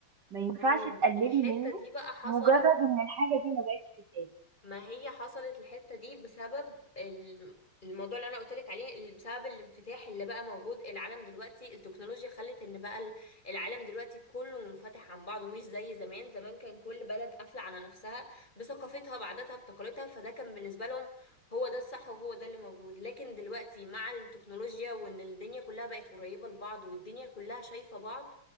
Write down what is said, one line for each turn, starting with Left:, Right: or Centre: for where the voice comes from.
Right: ما ينفعش
Left: ما هو
Right: تقللي
Left: الحته
Right: منه
Left: دي بقى حصلت
Right: مجرد ان الحاجة دي ما بقتش تتقال
Left: ما هي حصلت الحتة دي بسبب ال- الموضوع اللي انا قلت لك عليه ال- بسبب الانفتاح اللي بقى موجود العالم دلوقتي التكنولوجيا خلت ان بقى ال- العالم دلوقتي كله منفتح عن بعضه مش زي زمان زمان كان كل بلد قافلة على نفسها بثقافتها بعاداتها بتقاليدها فده كان بالنسبة لهم هو ده الصح وهو ده اللي موجود لكن دلوقتي مع التكنولوجيا وان الدنيا كلها بقت قريبة لبعض والدنيا كلها شايفة بعض